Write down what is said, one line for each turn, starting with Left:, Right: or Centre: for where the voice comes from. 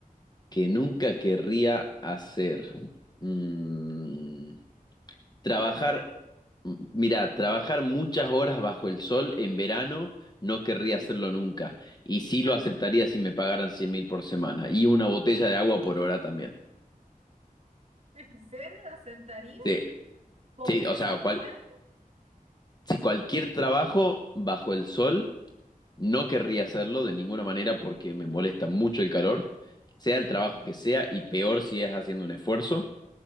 Left: que nunca querría hacer. Mm, Trabajar,
Right: ¿Cuál sería?
Left: m- mirá, trabajar muchas horas bajo el sol en verano no querría
Right: Mm,
Left: hacerlo nunca. Y sí
Right: <laughs>
Left: lo aceptaría si me pagaran cien mil por semana. Y una botella de agua por hora también.
Right: ¿En serio lo aceptarías?
Left: Sí,
Right: ¿Con
Left: sí,
Right: ese
Left: o sea,
Right: sol
Left: cual,
Right: fuerte?
Left: si cualquier trabajo bajo el sol, no querría hacerlo de ninguna manera porque me molesta mucho el calor, sea el trabajo
Right: Ah.
Left: que sea, y peor si es haciendo un esfuerzo.